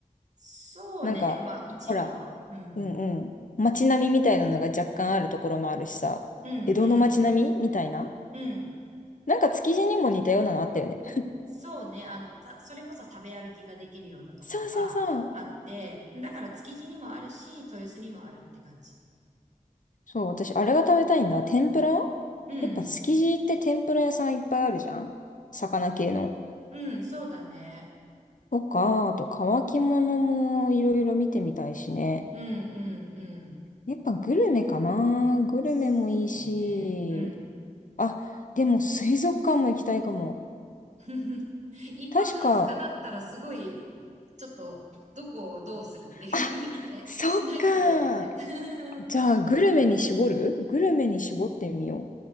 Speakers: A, on the right; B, on the left.
A: そうね。
B: なんか、
A: てかまあ、市場うん。
B: ほら、うんうん。街並みみたいなのが若干あるところもあるしさ、
A: うん、
B: 江戸の街並みみたいな。
A: うん、うん。
B: なんか築地にも似たようなのあったよね。
A: そうね。あの、た、それこそ食べ歩きができるようなところはあって、
B: そうそうそう。
A: だから築地にもあるし、豊洲にもあるって感じ。
B: そう、私、あれが食べたいんだ。天ぷら
A: うん、
B: やっぱ築地って天ぷら屋さんいっぱいあるじゃん魚系の。
A: うん、そうだね。
B: とか、あと乾き物もいろいろ見てみたいしね。
A: うん、うん、うん。
B: やっぱグルメかなグルメもいいし。
A: そうね。うん。
B: あ、でも水族館も行きたいかも。
A: <laughs> 一泊二日だったらすごい、
B: 確か、
A: ちょっと、どこをどうするっていう風にね、
B: あ、そっか。
A: しないとだよね。<laughs>
B: じゃあ、グルメに絞るグルメに絞ってみよ